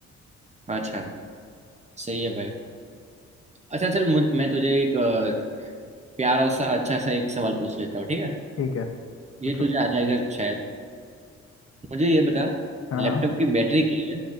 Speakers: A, on the right; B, on the left.
A: अच्छा सही है भाई अच्छा चल मुझ मैं तुझे एक अ, प्यारा सा अच्छा सा एक सवाल पूछ लेता हूँ ठीक है
B: ठीक है
A: ये
B: पूछो
A: तुझे आ जाएगा शायद मुझे ये बता
B: हाँ
A: लैपटॉप
B: हाँ
A: की बैटरी के लिए